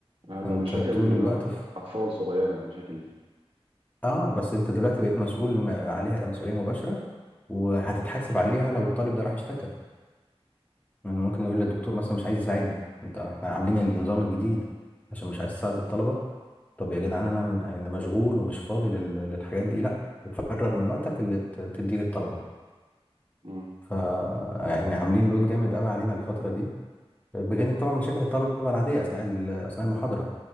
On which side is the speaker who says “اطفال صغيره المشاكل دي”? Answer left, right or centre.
Right